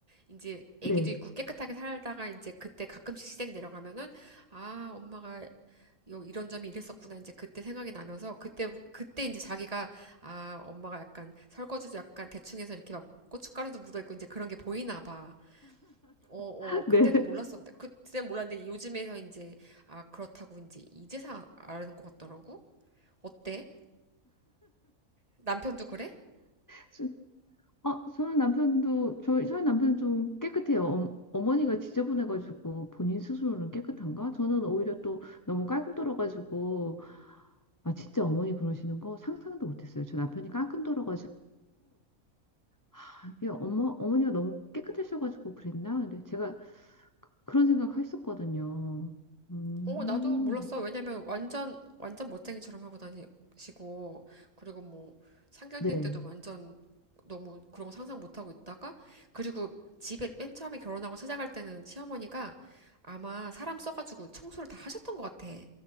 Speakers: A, on the right (about 25°); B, on the left (about 15°).
A: 이제
B: 네,
A: 아기도 있고 깨끗하게 살다가 이제 그때 가끔씩 시댁 내려가면은 아, 엄마가 요 이런 점이 이랬었구나 이제 그때 생각이 나면서 그때 그때 이제 자기가 아 엄마가 약간 설거지도 약간 대충해서 이렇게 막 고춧가루도 묻어 있고 이제 그런 게 보이나 봐. 어, 어,
B: <laughs>
A: 그때는
B: 네.
A: 몰랐었는데 그때는 몰랐는데 요즘에서 이제 아 그렇다고 이제 이제서 아는 것 같더라고. 어때? 남편도 그래?
B: 수- 어, 저희 남편도 저희 저희 남편 좀 깨끗해요. 어, 어머니가 지저분해가지고 본인 스스로는 깨끗한가? 저는 오히려 또 너무 깔끔 떨어가지고 아 진짜 어머니 그러시는 거 상상도 못했어요. 저 남편이 깔끔 떨어가지고. 아, 이게 엄마, 어머니가 너무 깨끗하셔가지고 그랬나? 근데 제가 그- 그런 생각 했었거든요. 음,
A: 어, 나도 몰랐어. 왜냐면 완전, 완전 멋쟁이처럼 하고 다니시고, 그리고 뭐, 상견례
B: 네.
A: 때도 완전 너무 그런 거 상상 못 하고 있다가, 그리고 집에 맨 처음에 결혼하고 찾아갈 때는 시어머니가 아마 사람 써가지고 청소를 다 하셨던 것 같아.